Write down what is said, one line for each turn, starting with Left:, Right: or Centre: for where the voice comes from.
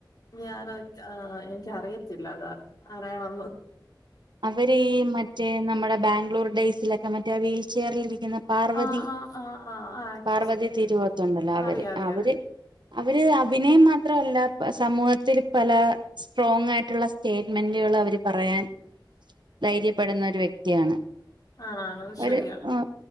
Left: ഞാന എനിക്കറിയത്തില്ല അതാ അറിയണംന്ന്
Right: അവര് മറ്റേ നമ്മുടെ ബാംഗ്ലൂർ ഡേയ്സിലൊക്കെ മറ്റേ വീൽ ചെയെറിൽ ഇരിക്ക ുന്ന പാർവതി
Left: ആഹ് ആഹ് ആഹ് ആഹ് ആ ആക്ട്രസ്
Right: പാർവതി തിരുവോത്തുണ്ടല്ലോ അവര്
Left: അറിയാം അറിയാം
Right: അവര്
Left: അറിയാം
Right: അവര് അഭിനയം മാത്രമല്ല സമൂഹത്തിൽ പല സ്ട്രോങ് ആയിട്ടുള്ള സ് സ്റ്റേറ്റ്മെന്റുകള് അവര് പറയാൻ ധൈര്യപ്പെടുന്ന ഒരു വ്യക്തിയാണ്
Left: ആണാണ് അത്
Right: അവര്
Left: ശരിയാ
Right: ആ